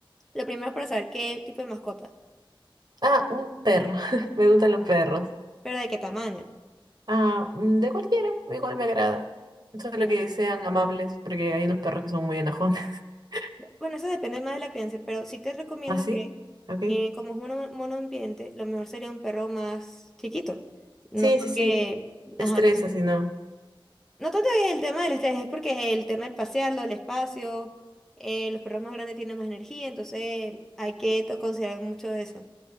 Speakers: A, in the centre; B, on the right.
A: lo primero es para saber qué tipo de mascota,
B: Ah, un perro. <laughs> Me gustan los perros.
A: pero de qué tamaño.
B: Ah, mm, de cualquiera, igual me agradan. Solo
A: Mira,
B: que sean amables, porque hay unos perros que son muy enojones. <laughs>
A: bueno, eso depende más de la crianza, pero sí te recomiendo
B: ¿Ah, sí?
A: que,
B: Ok.
A: eh, como es mono, monoambiente, lo mejor sería un perro más chiquito. No
B: Sí,
A: porque,
B: sí, sí. Te
A: ajá,
B: estresa,
A: tú-
B: si no.
A: no tanto es el tema del estrés, es porque el tema del pasearlo, el espacio, eh, los perros más grandes tienen más energía, entonces hay que to- considerar mucho de eso.